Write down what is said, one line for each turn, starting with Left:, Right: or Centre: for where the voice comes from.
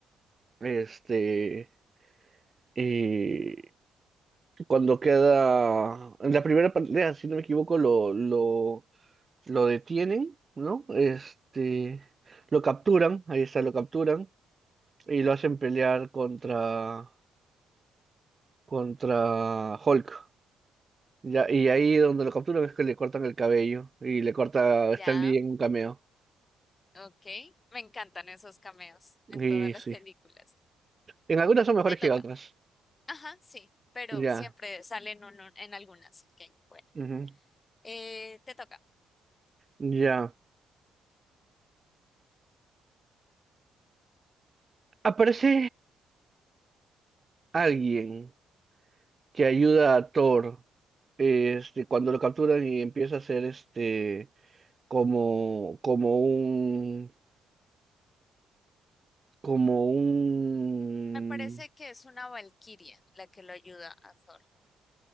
Right: este, eh, cuando queda, en la primera pelea, si no me equivoco, lo, lo, lo detienen, ¿no? Este, lo capturan, ahí está, lo capturan, y lo hacen pelear contra contra Hulk. Ya, y ahí donde lo capturan es que le cortan el cabello y le corta a Stan
Left: Ya,
Right: Lee en un cameo.
Left: ok. Me encantan esos cameos en
Right: Y
Left: todas las
Right: sí.
Left: películas.
Right: En algunas son mejores
Left: Te toca.
Right: que otras.
Left: Ajá, sí, pero
Right: Ya.
Left: siempre salen en, un- en algunas, así que bueno.
Right: ujú,
Left: Eh, te toca.
Right: Ya. Aparece alguien que ayuda a Thor este, cuando lo capturan y empieza a ser este como, como un como un
Left: Me parece que es una valquiria la que lo ayuda a Thor,